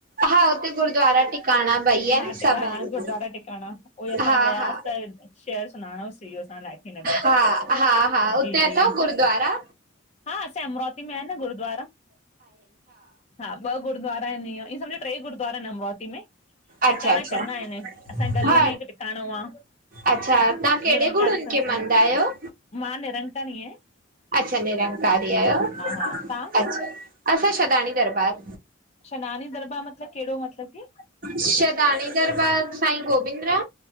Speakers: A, on the right; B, on the left.
A: हा हुते गुरुद्वारा टिकाणा ॿई आहिनि
B: हा
A: सभु
B: हा
A: आहिनि
B: गुरुद्वारा टिकाणा उई असां
A: हा
B: वियासीं।
A: हा
B: त शहर सुञाणोस इहो असां लाठी नगर
A: हा हा हा उते
B: जी-जी
A: गुरुद्वारा
B: हा असां अमरावती में आ न गुरुूद्वारा हा ॿ गुरुद्वारा ट्रे गुरुूद्वारा आहिन अमरावती में टिकाणा
A: अच्छा अच्छा
B: चङा आहिन असांजे गली
A: हा
B: में हिक टिकाणो आ
A: अच्छा तव्हां कहिड़े
B: निरंकारी
A: गुरूनि
B: सत्संग,
A: खे मञदा आहियो
B: मां निरंकारी आया
A: अच्छा निरंकारी आयो अच्छा-अच्छा
B: हा तव्हां
A: सदाण दरबार
B: शनानि दरबार मतलब केड़ो मतलब की?
A: छहदाणी दरबाद साई गोबिंद्र